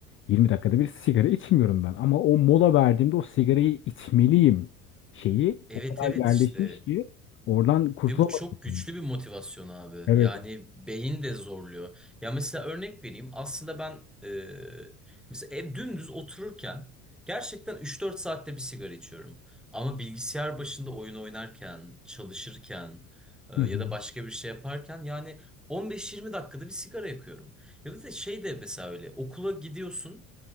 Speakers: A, on the left (about 30°); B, in the centre.
A: 20 dakikada bir sigara içmiyorum ben ama o mola verdiğimde o sigarayı içmeliyim şeyi
B: Evet
A: o kadar
B: evet
A: yerleşmiş
B: işte.
A: ki oradan kurtulamadım.
B: Ve bu çok güçlü bir motivasyon abi.
A: Evet.
B: Yani beyin de zorluyor. Ya mesela örnek vereyim. Aslında ben e, mesela ev dümdüz otururken gerçekten üç dört saatte bir sigara içiyorum. Ama bilgisayar başında oyun oynarken, çalışırken e,
A: Hı
B: ya
A: hı.
B: da başka bir şey yaparken yani on beş yirmi dakikada bir sigara yakıyorum. Ya bir de şey de mesela öyle okula gidiyorsun,